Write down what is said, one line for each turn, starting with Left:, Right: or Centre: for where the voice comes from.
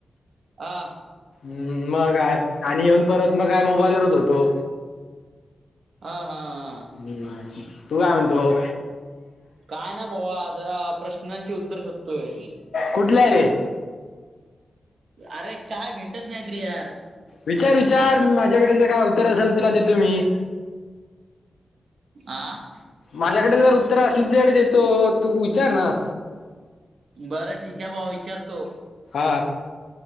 Right: हा
Left: ह मग आणि येऊन परत मग काय मोबाईलवर होतो,
Right: हा हा
Left: हम तू काय म्हणतो?
Right: काय ना भावा जरा प्रश्नांची उत्तर शोधतोय?
Left: कुठला रे
Right: अरे काय भेटत नाहीत रे यार.
Left: विचार-विचार माझ्याकडेच काय उत्तर असेल तुला देतो मी.
Right: आं.
Left: माझ्याकडे जर उत्तर असल तूच्याकडे देतो. तू विचार ना.
Right: बरं ठीक आहे. भावा विचारतो.
Left: हा.